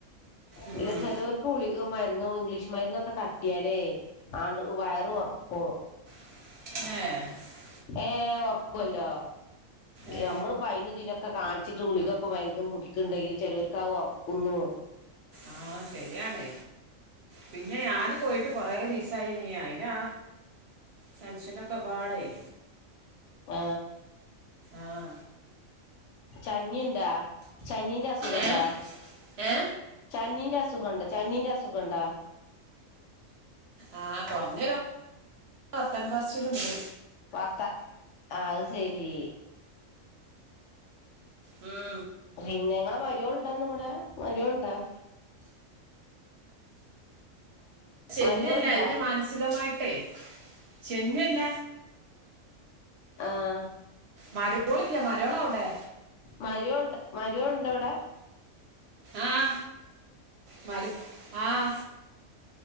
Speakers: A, on the right; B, on the left.
A: ഉം.
B: ഇല്ല ചിലവർക്ക് ഗുളിക മരുന്നു ഇംഗ്ലീഷ് മരുന്നൊക്കെ തട്ടിയാലേ ആ വയറ് വറുക്കും
A: ആ
B: ഏഹ ഉറക്കുമല്ലോ
A: ഏ.
B: നമ്മള് പൈനുദിനൊക്കെ കാണിച്ചിട്ട ഗുളികക്കെ മരുന്നും കുടിക്കുന്നുണ്ടെങ്കിൽ ചിലർക്ക് ആ ഉറക്കുന്നു
A: ആ ശരിയണ് പിന്നെ ഞാന് പോയിട്ട് കൊറെ ദിസ ആയിയി അതിനാ ടെൻഷനൊക്കെ പാടായി
B: ആ
A: ആഹ
B: ചനിയുണ്ടാ ചനീന്റെ അസുഖംണ്ടാ
A: ഏ ഏ
B: ചനീന്റെ അസു അസുഖണ്ട് ചനീന്റെ അസുഖണ്ടോ
A: ആ കുറഞ്ഞ വർത്തൻ പറിച്ചിലുണ്ട്
B: പത്ത അത് ശരി
A: ഉം
B: പിന്നെങ്ങളെ മാരോലുണ്ടോ ഇവിടെ മാരോലുണ്ടോ
A: ചെന്നല്ല
B: മരോൾണ്ടാ
A: അതിനെ മാനസികമായിട്ടേ ചെന്നല്ല
B: ആഹ
A: മരക്കോലില്ല മരോളവിടെ
B: മരോ മരഡ്ഡ് വിടെ
A: ആഹ മാ ആഹ